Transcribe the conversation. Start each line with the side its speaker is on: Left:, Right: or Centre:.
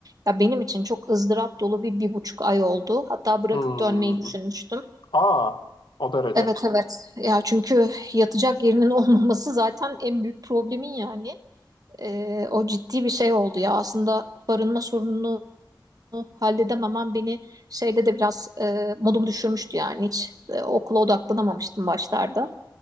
Right: Ya benim için çok ızdırap dolu bir bir buçuk ay oldu. Hatta bırakıp
Left: Hmm.
Right: dönmeyi düşünmüştüm.
Left: Aa, o derece.
Right: Evet evet. Ya çünkü yatacak yerinin <laughs> olmaması zaten en büyük problemin yani. Ee, o ciddi bir şey oldu ya. Aslında barınma sorununu halledememem beni şeyde de biraz e, modumu düşürmüştü yani. Hiç e, okula odaklanamamıştım başlarda.